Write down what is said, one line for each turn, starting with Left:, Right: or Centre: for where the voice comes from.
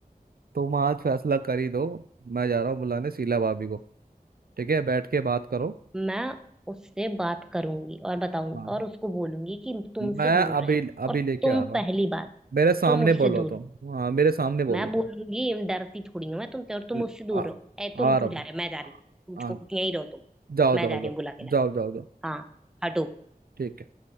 Right: तुम आज फैसला कर ही दो मैं जा रहा हूँ बुलाने शीला भाभी को ठीक है बैठ के बात करो
Centre: मैं उससे बात करूंगी और बताऊंगी
Right: हाँ
Centre: और उसको बोलूंगी कि तुमसे
Right: मैं
Centre: दूर
Right: अभी
Centre: रहे
Right: अभी
Centre: और
Right: लेके
Centre: तुम
Right: आ रहा
Centre: पहली
Right: हूँ
Centre: बात
Right: मेरे सामने
Centre: तुम उससे
Right: बोलो
Centre: दूर
Right: तुम
Centre: रहो
Right: हाँ मेरे सामने बोलो
Centre: मैं
Right: तुम
Centre: बोलूंगी डरती थोड़ी हूँ मैं तुमसे और तुम
Right: ल-
Centre: उससे दूर
Right: आ,
Centre: रहो ए
Right: आ
Centre: तुम क्यों
Right: रहा हूँ
Centre: जा रहे हो मैं जा रही
Right: आ,
Centre: हूँ
Right: आ-
Centre: तुम छोड़ यहीं रहो तुम
Right: जाओ
Centre: मैं
Right: जाओ
Centre: जा रही
Right: जाओ
Centre: हूँ बुला के लाने
Right: जाओ जाओ जाओ
Centre: हाँ हटो
Right: ठीक है।